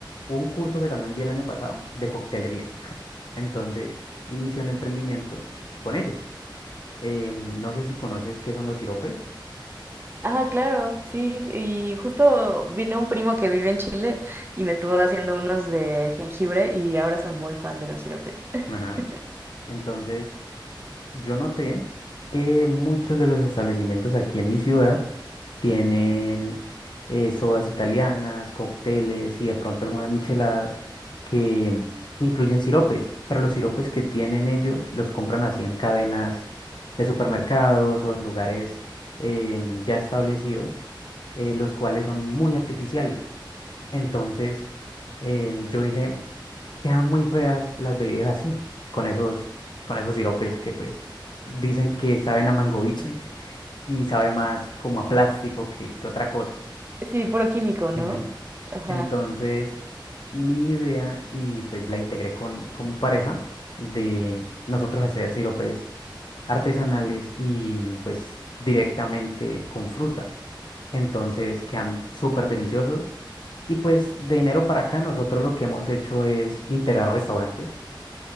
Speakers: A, on the left; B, on the right.
A: Un curso que también vi el año pasado de coctelería. Entonces, inicié un emprendimiento con ello. Eh, no sé si conoces qué son los siropes.
B: Ah, claro, sí, y justo vino un primo que vive en Chile y me estuvo haciendo unos de jengibre y ahora soy muy fan de los siropes. <laughs>
A: Ajá. Entonces, Yo noté que muchos de los establecimientos aquí en mi ciudad tienen eh, sodas italianas, cócteles y de pronto algunas micheladas que incluyen siropes, pero los siropes que tienen ellos los compran así en cadenas de supermercados o en lugares em, ya establecidos, eh, los cuales son muy artificiales. Entonces, em, yo dije, Quedan muy feas las bebidas así, con esos, con esos siropes que pues dicen que saben a mangoviche <laughs> y sabe más como a plástico que, que otra cosa.
B: Sí, puro químico, ¿no?
A: Ujú.
B: Ajá.
A: Entonces, mi idea, y pues la integré con, con mi pareja, de nosotros hacer siropes artesanales y mm, pues directamente con fruta. Entonces quedan súper deliciosos. Y pues de enero para acá nosotros lo que hemos hecho es integrar restaurantes